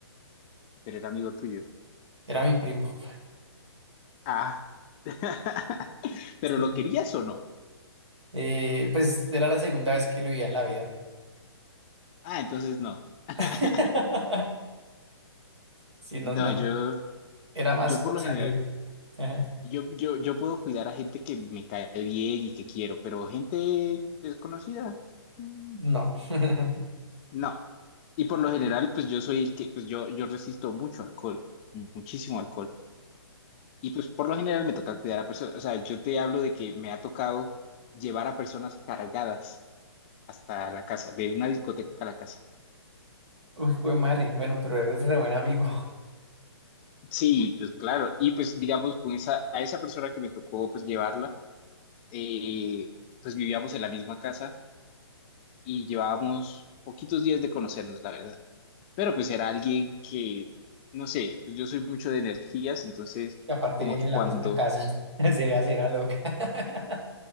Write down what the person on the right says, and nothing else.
Era mi primo.
Sí.
Eh, pues era la segunda vez que lo veía en la vida.
<laughs> Sí, no,
no,
era más
por
sangre.
<laughs>
No. <laughs>
Uy, jue madre, bueno, pero eres re buen amigo.
Y aparte
viene
en
la misma casa. <laughs> Sería será loca. <laughs>